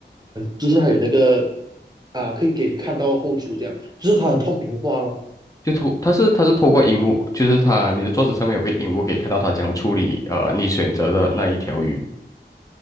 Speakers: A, on the right; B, on the left.
A: 就是它有那个啊、可以给你看到后厨这样，就是它很透明化咯。
B: 嗯，就透，它是它是透过荧幕，就是它你的桌子上面有个荧幕，可以看到他怎样处理呃你选择的那一条鱼。